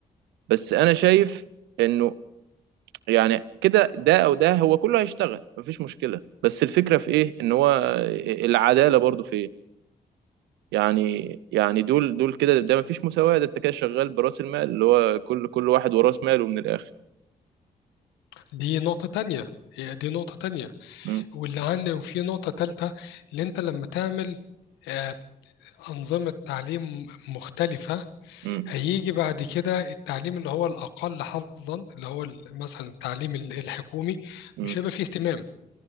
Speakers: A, on the right; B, on the left.
A: بس انا شايف انه يعني كده ده او ده هو كله هيشتغل مفيش مشكلة بس الفكرة في ايه ان هو آه، العدالة برضو فين يعني يعني دول دول كده ده ما فيش مساواة ده انت كده شغال براس المال اللي هو كل كل واحد وراس ماله من الآخر
B: دي نقطة تانية هي دي نقطة تانية
A: مم.
B: واللي عندي وفي نقطة تالتة اللي انت لما تعمل آه، أنظمة تعليم مختلفة
A: مم.
B: هيجي بعد كده التعليم اللي هو الأقل حظا اللي هو ال- مثلا التعليم ال- الحكومي
A: مم.
B: مش هيبقى فيه اهتمام